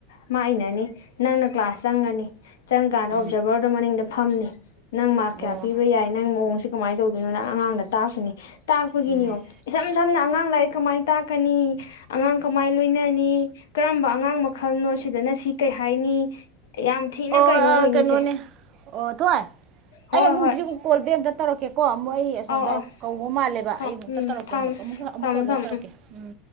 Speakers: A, on the left; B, on the right.
A: ꯃꯥ ꯏꯅꯅꯤ ꯅꯪꯅ ꯀ꯭ꯂꯥꯁ ꯆꯪꯉꯅꯤ ꯆꯪꯀꯥꯟꯗ
B: ꯎꯝ
A: ꯑꯣꯕꯖꯔꯕꯔꯗꯣ ꯃꯅꯤꯡꯗ ꯐꯝꯅꯤ ꯅꯪ ꯃꯥꯔꯛ
B: ꯎꯝ ꯑꯣ
A: ꯀꯌꯥ ꯄꯤꯕ ꯌꯥꯏ ꯅꯪ ꯃꯑꯣꯡꯁꯤ ꯀꯃꯥꯏꯅ ꯇꯧꯗꯣꯏꯅꯣ ꯅꯪ ꯑꯉꯥꯡꯗ ꯇꯥꯛꯇꯨꯅꯤ ꯇꯥꯛꯄꯒꯤꯅꯤꯌꯣꯝ
B: ꯎꯝ
A: ꯏꯁꯝ ꯁꯝꯅ ꯑꯉꯥꯡ ꯂꯥꯏꯔꯤꯛ ꯀꯃꯥꯏ ꯇꯥꯛꯀꯅꯤ ꯑꯉꯥꯡ ꯀꯃꯥꯏ ꯂꯣꯏꯅꯅꯤ ꯀꯔꯝꯕ ꯑꯉꯥꯡ ꯃꯈꯜꯅꯣ ꯑꯁꯤꯗꯅ ꯁꯤ ꯀꯩ ꯍꯥꯏꯅꯤ ꯌꯥꯝ ꯊꯤꯅ
B: ꯑꯣ
A: ꯀꯩꯅꯣ
B: ꯑꯥ
A: ꯑꯣꯏꯅꯤꯁꯦ
B: ꯀꯩꯅꯣꯅꯦ ꯑꯣ ꯊꯣꯏ
A: ꯍꯣꯏ
B: ꯑꯩ ꯑꯃꯨꯛ
A: ꯍꯣꯏ
B: ꯍꯧꯖꯤꯛꯃꯨꯛ ꯀꯣꯜꯕꯦꯛ ꯑꯝꯇ ꯇꯧꯔꯛꯀꯦ ꯀꯣ ꯑꯃꯨꯛ ꯑꯩ ꯑꯁꯣꯝꯗ
A: ꯑꯧ ꯑꯧ
B: ꯀꯧꯕ ꯃꯥꯜꯂꯦꯕ
A: ꯊꯝ
B: ꯑꯩ ꯑꯃꯨꯛꯇ
A: ꯎꯝ
B: ꯇꯧꯔꯛꯀꯦ
A: ꯊꯝꯃꯣ
B: ꯑꯃꯨꯛ ꯑꯃꯨꯛ ꯑꯃꯨꯛ
A: ꯊꯝꯃꯣ
B: ꯀꯣꯜꯗ
A: ꯊꯝꯃꯣ
B: ꯇꯧꯔꯛꯀꯦ ꯎꯝ